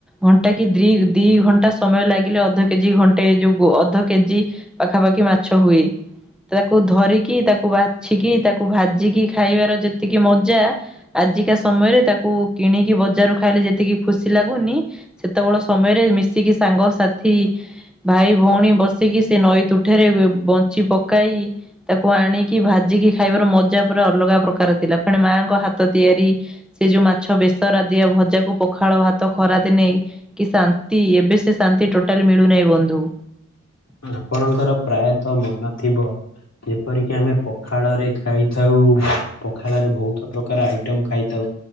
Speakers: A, in the centre; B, on the left.
A: ଘଣ୍ଟା କି ଦ୍ରି ଦି ଘଣ୍ଟା ସମୟ ଲାଗିଲେ ଅଧ କେଜି ଘଣ୍ଟେ ଯୋଉ ଗୋ ଅଧ କେଜି ପାଖାପାଖି ମାଛ ହୁଏ। ତାକୁ ଧରିକି ତାକୁ ବାଛିକି ତାକୁ ଭାଜିକି ଖାଇବାର ଯେତିକି ମଜା। ଆଜିକା ସମୟରେ ତାକୁ କିଣିକି ବଜାରୁ ଖାଇଲେ ଯେତିକି ଖୁସି ଲାଗୁନି, ସେତେବେଳ ସମୟରେ ମିଶିକି ସାଙ୍ଗସାଥୀ ଭାଇ ଭଉଣୀ ବସିକି, ସେ ନଈ ତୁଠରେ ବେ ବଞ୍ଚି ପକାଇ ତାକୁ ଆଣିକି ଭାଜିକି ଖାଇବାର ମଜା ପୁରା ଅଲଗା ପ୍ରକାର ଥିଲା, ପୁଣି ମାଙ୍କ ହାତ ତିଆରି। ସେ ଯୋଉ ମାଛ ବେସରା ଦିଆ ଭଜାକୁ ପଖାଳ ଭାତ ଖରାଦିନେ କି ଶାନ୍ତି। ଏବେ ସେ ଶାନ୍ତି ଟୋଟାଲି ମିଳୁନାହିଁ ବନ୍ଧୁ।
B: ଅ ଆପଣଙ୍କର ପ୍ରାୟତଃ ମନ ଥିବ, ଯେପରିକି ଆମେ ପଖାଳରେ ଖାଇଥାଉ। ପଖାଳରେ ବହୁତ ପ୍ରକାର ଆଇଟମ ଖାଇଥାଉ।